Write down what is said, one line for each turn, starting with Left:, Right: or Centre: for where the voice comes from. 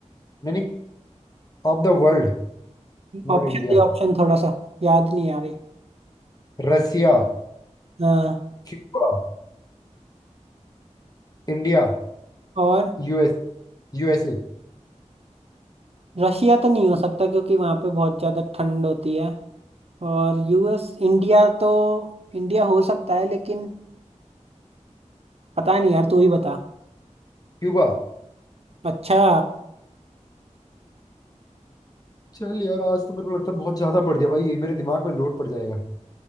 Left: नहीं नहीं of the world not
Right: ऑप्शन
Left: India
Right: दे ऑप्शन थोड़ा सा याद नहीं आ रही
Left: Russia
Right: हाँ
Left: Cuba India
Right: और
Left: US USA
Right: रशिया तो नहीं हो सकता क्योंकि वहाँ पे बहुत ज़्यादा ठंड होती है और यूएस इंडिया तो इंडिया हो सकता है लेकिन पता नहीं यार तू ही बता
Left: Cuba
Right: अच्छा
Left: चल यार आज तो मेरे को लगता है बहुत ज्यादा पड़ गया भाई ये मेरे दिमाग में लोड पड़ जाएगा